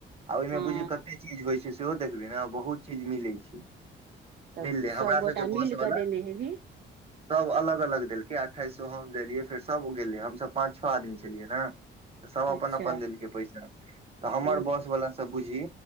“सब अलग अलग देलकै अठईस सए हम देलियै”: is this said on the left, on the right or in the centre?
Right